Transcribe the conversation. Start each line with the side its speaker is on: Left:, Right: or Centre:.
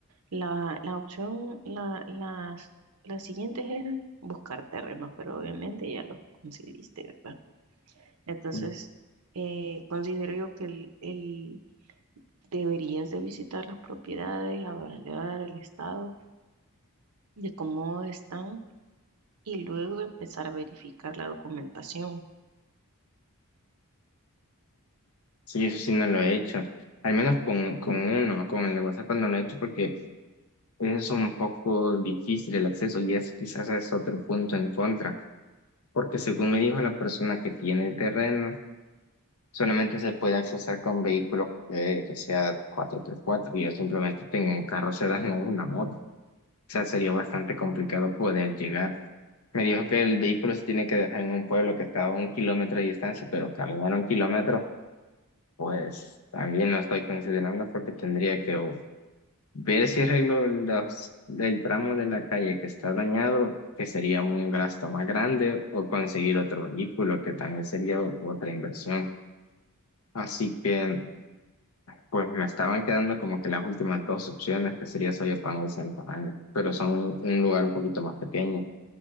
Right: La, la opción, la, las, las siguientes eran buscar terrenos, pero obviamente ya los conseguiste, ¿verdad? Entonces,
Left: Mm.
Right: eh, considero yo que el, el- deberías de visitar las propiedades, evaluar el estado de cómo están y luego empezar a verificar la documentación.
Left: Sí, eso sí no lo he hecho. Al menos con, con uno, con el de WhatsApp no lo he hecho porque es un poco difícil el acceso y es quizás es otro punto en contra. Porque según me dijo la persona que tiene el terreno, solamente se puede accesar con vehículos que, que sea cuatro x 4 y yo simplemente tengo un carro sedán o una moto. O sea, sería bastante complicado poder llegar. Me dijo que el vehículo se tiene que dejar en un pueblo que está a un kilómetro de distancia, pero caminar un kilómetro, pues también lo estoy considerando porque tendría que o ver si arreglo los- el tramo de la calle que está dañado, que sería un gasto más grande, o conseguir otro vehículo, que también sería o- otra inversión. Así que, pues me estaban quedando como que las últimas dos opciones, que sería Soyapango y Santa Ana, pero son un lugar un poquito más pequeño.